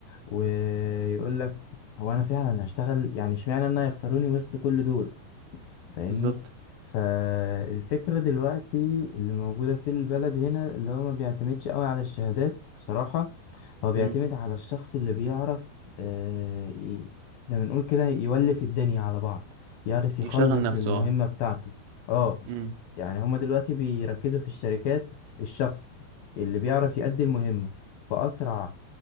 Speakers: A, on the left; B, on the right.
A: ويقول لك هو انا فعلا هشتغل يعني اشمعنى انا يختاروني وسط كل دول فاهمني
B: بالظبط
A: فالفكرة دلوقتي اللي موجودة في البلد هنا اللي هو ما بيعتمدش قوي على الشهادات بصراحة هو بيعتمد
B: امم
A: على الشخص اللي بيعرف آه، ي- زي ما نقول كده يولف الدنيا على بعض يعرف يخلص
B: يشغل نفسه
A: المهمة
B: اه
A: بتاعته اه
B: امم
A: يعني هما دلوقتي بيركزوا في الشركات الشخص اللي بيعرف يأدي المهمة في أسرع